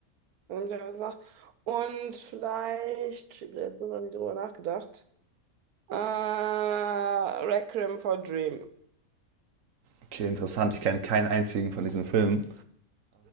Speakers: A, on the right (about 80°); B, on the right (about 60°).
A: wenn ich das gesagt. Und vielleicht, ich habe jetzt so noch nie drüber nachgedacht. Äh, Requiem for Dream.
B: Okay, interessant. Ich kenne keinen einzigen von diesen Filmen.